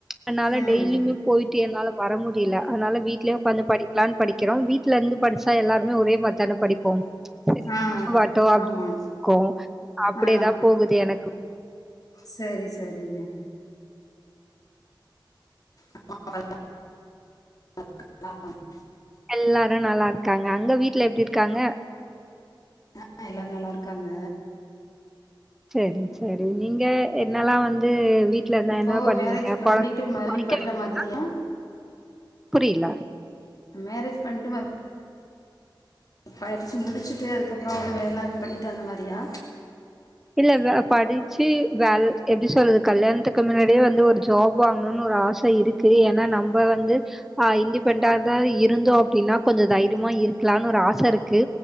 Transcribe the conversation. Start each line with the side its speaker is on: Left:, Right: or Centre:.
Centre: அன்னால
Left: ம்
Centre: டெய்லிமே போயிட்டு என்னால வர முடில அனால வீட்லே உக்காந்து படி லான் படிக்கிறோ வீ்ட்ல இந்து படுச்சா எல்லாருமே ஒரே மார்த்தான படி போம் ச் சரி
Left: ஆ
Centre: கொடுக்க வாட்டோ அப்டி
Left: ஆமா
Centre: <inaudible> கு அப்டிதா
Left: ஆ
Centre: போகுது எனக்கு
Left: சரி சரிங்க <inaudible> <inaudible>
Centre: எல்லாரு நல்லாருக்காங்க அங்க வீட்ல எப்டி இர்க்காங்க
Left: ஆ எல்லாரு நல்லாருக்காங்க
Centre: செரி செரி நீங்க என்னல்லா வந்து வீட்ல இருந்தா
Left: இப்போ
Centre: என்ன பண்வீங்க
Left: மேரேஜ் பண்ணிட்டு
Centre: கொழந்தங்கள
Left: மறுபடியு
Centre: படிக்க
Left: படிக்கிற
Centre: வப்பீங்ளா
Left: மாதிரியா
Centre: புரியில
Left: மேரேஜ் பண்ட்டு மறு படுச்சு முடுச்சுட்டு அதுக்கப்றோ எது வேல பண்ணிட்டு அந்த மாரியா
Centre: இல்ல வே படுச்சு வேல் எப்டி சொல் கல்யாண்த்துக்கு மின்னாடியே வந்து ஒரு ஜாப் வாங்கணுன்னு ஒரு ஆச இரு கு ஏன்னா நம்ப வந்து ஆ இன்டிபெண்டா தா இருந்தோ அப்டின்னா கொஞ்ச தைரிமா இருக்லான்னு ஒரு ஆசருக்கு